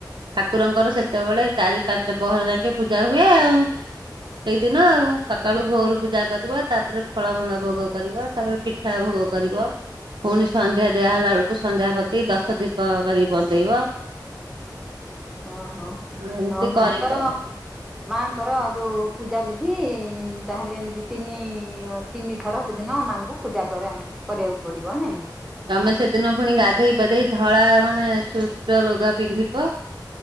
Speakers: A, on the right; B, in the centre.
A: ଠାକୁରଙ୍କର ସେତେବେଳେ ଚାରି ପାଞ୍ଚ ପହର ଯାଇକେ ପୂଜା ହୁଏ ଆଉ। ସେଇଦିନ ଆଉ ସକାଳୁ ଭୋରୁ ପୂଜା କରବ ତାପରେ ଫଳମୂଳ ଭୋଗ କରିବ ତାପରେ ପିଠା ଭୋଗ କରିବ। ଫୁଣି ସନ୍ଧ୍ୟା ଦିଆହେଲା ବେଳକୁ ସନ୍ଧ୍ୟା ପ୍ରତି ଦଶ ଦୀପ କରିକି ବନ୍ଦେଇବ।
B: ଓହୋ
A: ଏମିତି
B: ଆଉ ମାଆଙ୍କର
A: କରିବ
B: ମାଙ୍କର ଯୋଉ ପୂଜାବିଧି ତାହେଲେ ଏମତି ତିନି ତିନିଥର ସେଦିନ ମାନଙ୍କୁ ପୂଜା କରେ କରିବାକୁ ପଡିବ ନାଇଁ?
A: ତମେ ସେଦିନ ପୁଣି ଗାଧେଇ ପଧେଇ ଧଳା ମାନେ ସୁସ୍ ଲୁଗା ପିନ୍ଧି ବ